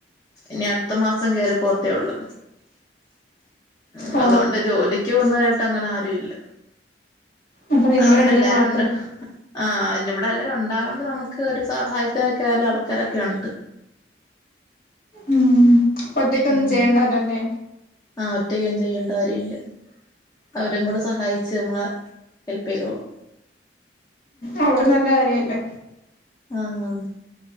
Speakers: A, on the left (about 20°); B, on the left (about 55°).
A: ഇനി അടുത്ത മാസം കേറി പോവത്തേ ഉള്ളൂ. ഉം
B: ഓ
A: അതോണ്ട് ജോലി. ക്ക് പോവ്ന്നരാട്ട് അങ്ങനെ ആരും ഇല്ല
B: അപ്പൊ നിങ്ങൾ
A: അത്കൊണ്ട്
B: രണ്ടര്
A: എല്ലാരും
B: മാത്രം
A: ഉണ്ട്. ആഹ് ഇന്റെ ഇവിടെ എല്ലാരും ഉണ്ടായോണ്ട് നമുക്ക് ഒരു സഹായത്തിനൊക്കെ നല്ല ആൾക്കാരൊക്കെ ഉണ്ട്.
B: ഉം ഒറ്റക്കൊന്നും
A: ഉം
B: ചെയ്യണ്ടാല്ലോലെ.
A: ആഹ് ഒറ്റക്കൊന്നും ചെയ്യേണ്ട കാര്യല്ല. അവരും കൂടെ സഹായിച്ച് നമ്മളെ ഹെൽപ്പെയ്തോളും.
B: അവള് നല്ല കാര്യല്ലേ.
A: ആഹ് <unintelligible>